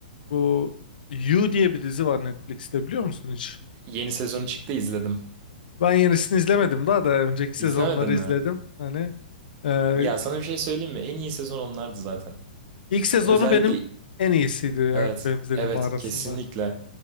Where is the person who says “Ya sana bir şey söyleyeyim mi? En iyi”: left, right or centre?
Right